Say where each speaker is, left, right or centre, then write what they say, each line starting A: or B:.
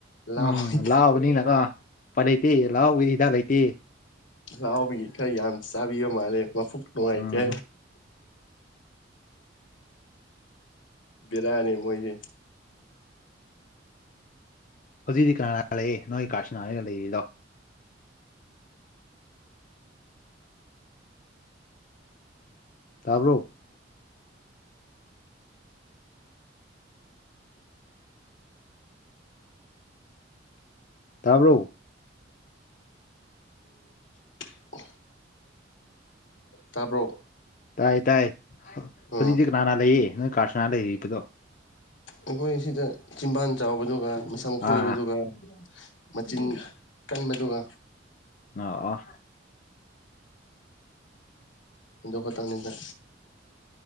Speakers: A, on the left (about 80°); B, on the left (about 45°).
A: ꯂꯥꯎꯏ
B: ꯎꯝ ꯂꯥꯎꯕꯅꯤꯅꯀꯣ ꯄꯥꯏꯅꯩꯇꯦ ꯂꯥꯎꯕꯒꯤ ꯍꯤꯗꯥꯛ ꯂꯩꯇꯦ꯫
A: ꯂꯥꯎꯕꯒꯤ ꯈꯔ ꯌꯥꯝ ꯆꯥꯕꯤꯕ ꯃꯥꯜꯂꯦ ꯃꯕꯨꯨꯛ ꯅꯨꯡꯉꯥꯏꯇꯦ꯫
B: ꯎꯝ
A: ꯕꯦꯔꯥꯅꯦ ꯃꯣꯏꯖꯤ
B: ꯍꯧꯖꯤꯛꯗꯤ ꯀꯅꯥ ꯂꯩꯌꯦꯦ ꯅꯣꯏ ꯀꯥꯥꯁꯅꯥ ꯍꯥꯏꯒ ꯂꯩꯔꯤꯗꯣ ꯇꯥꯕ꯭ꯔꯣ ꯇꯥꯕ꯭ꯔꯣ
A: <inaudible> ꯇꯥꯕ꯭ꯔꯣ
B: ꯇꯥꯏ ꯇꯥꯏ ꯍꯧꯖꯤꯛꯇꯤ
A: ꯎꯝ
B: ꯀꯅꯥꯅ ꯂꯩꯌꯦ ꯅꯣꯏ ꯀꯥꯔꯠꯁꯤꯅꯥ ꯂꯩꯔꯤꯕꯗꯣ
A: ꯑꯩꯈꯣꯏ ꯁꯤꯗ ꯆꯤꯝꯕꯥꯟ ꯆꯥꯎꯕꯗꯨꯒ ꯃꯁꯝ ꯈꯣꯏꯕꯗꯨꯒ
B: ꯑꯥ
A: ꯃꯆꯤꯟ ꯀꯟꯕꯗꯨꯒ
B: ꯑꯥ ꯑꯣ
A: ꯗꯨ ꯈꯇꯪꯅꯤꯗ